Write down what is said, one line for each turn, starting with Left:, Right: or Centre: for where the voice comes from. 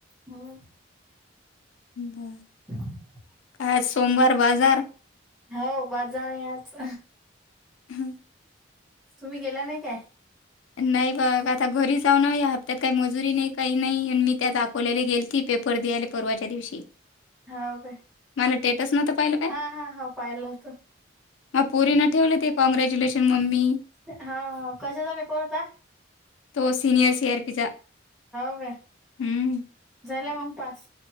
Centre: हम्म
Left: <unintelligible>
Centre: <inaudible>
Left: आज सोमवार बाजार
Centre: हो बाजार आज.
Left: हम्म
Centre: तुम्ही गेला नाही काय?
Left: नाही बघ आता घरी जाऊ ना या हपत्यात काही मजुरी नाही काही नाही आणि मी त्या दाख गेलती पेपर देयाले परवाच्या दिवशी.
Centre: हाव काय
Left: मला टेटस नव्हंत पाहिलं. काय?
Centre: हा हा हा पाहिल होत.
Left: मा पोरीन ठेवले ते कँग्रॅच्युलेशन मम्मी.
Centre: ह हो कशाचा पेपर होता.
Left: तो सीनियर सी आर पीचा.
Centre: व्हय
Left: हं.
Centre: झाला मग पास.